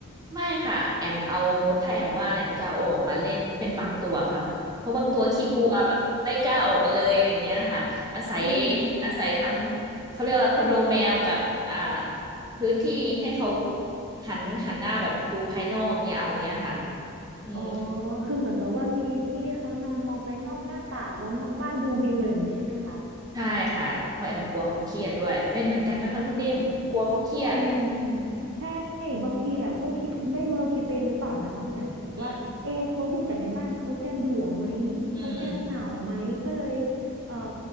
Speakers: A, on the right; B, on the right.
A: ไม่ค่ะแอมเอาถ้าแอมว่างนะแอมจะเอาออกมาเล่นเป็นบางตัวค่ะเพราะบางตัวขี้กลัวแบบไม่กล้าออกมาเลยอะไรเงี้ยค่ะอาศัย
B: อืมอืมอืม
A: อาศัยทำเขาเรียกว่าคอนโดแมวกับอ่าพื้นที่ให้เขาหันหันหน้าแบบดูภายนอกอย่างเงี้ยเอาอย่างเงี้ยค่ะ อืม
B: อ๋อ คือเหมือนกับว่ามีที่ให้เขานอนมองไปนอกหน้าต่างมองนอกบ้านดูวิวอะไรอย่างนี้ใช่ไหมคะ
A: ใช่ค่ะเพราะแอมกลัวเขาเครียดด้วยเป็นเหมือนกันไหมคะคุณนิ่มกลัวเขาเครียด
B: มีใช่บางทีอ่ะก็คิดไม่รู้เราคิดไปเองหรือเปล่านะคะคุณแอบแบบว่าเอะเขาอยู่แต่ในบ้านเขาจะเบื่อไหม
A: อืมอืม
B: เขาจะเหงาไหมก็เลยเอ่อ